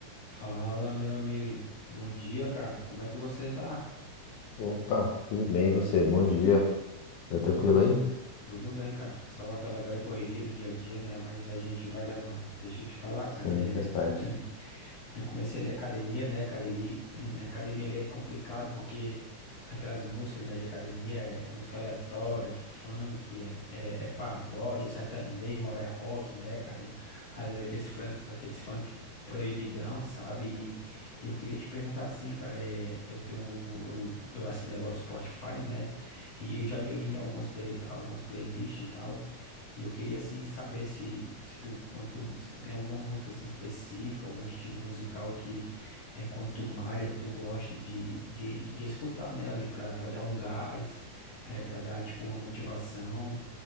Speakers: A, on the left (about 60°); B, on the left (about 80°).
A: Fala, meu amigo. Bom dia, cara. Como é que você tá?
B: Opa, tudo bem, e você? Bom dia. Tá
A: Tudo
B: tranquilo aí?
A: Tudo bem, cara. Só aquela velha correria do dia a dia, né? Mas a gente vai levando. Deixa eu te falar, cara.
B: Sim,
A: É...
B: faz parte.
A: <clears throat> Eu comecei a ler academia, né, cara? E <clears throat> a academia ali é complicado porque aquelas músicas, né, de academia é música aleatória, é funk, é, é, é pagode, é sertanejo, uma hora é rock, né, cara? E, às vezes aqueles, fran... aqueles funk proibidão, sabe? E, e eu queria te perguntar assim, cara. É... Eu tenho, eu, eu assinei agora o Spotify, né? E eu já vi aqui em algumas, play, algumas playlists e tal. E eu queria assim saber se, se tu, quanto, se tu tem alguma música assim específica, algum estilo musical que é, quando tu malha, tu gosta de, de, de, de escutar, né, ali pra, pra dar um gás, é, pra dar tipo uma motivação.